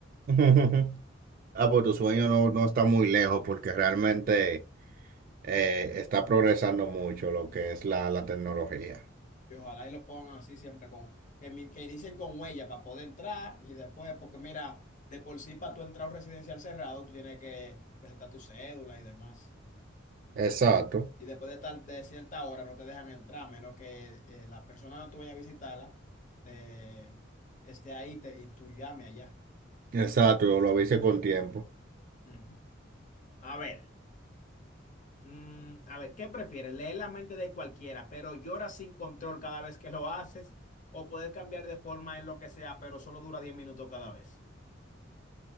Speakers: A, on the right (about 45°); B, on the left (about 40°).
A: <laughs> Ah, pues tu sueño no, no está muy lejos porque realmente eh, está progresando mucho lo que es la la tecnología.
B: y ojalá y lo pongan así siempre, con, que, mi- que inicien con huella para poder entrar, y después, porque mira, de por sí para tú entrar a un residencial cerrado, tú tienes que presentar tu cédula y demás.
A: Exacto.
B: Y después de tal, de cierta hora no te dejan entrar, a menos que eh, la persona donde tú vayas a visitarla eh, esté ahí te- y tú llame allá.
A: Exacto, yo lo avisé con tiempo.
B: Ujú. A ver, mm, a ver, ¿qué prefieres? ¿Leer la mente de cualquiera, pero lloras sin control cada vez que lo haces? ¿O poder cambiar de forma en lo que sea, pero solo dura 10 minutos cada vez?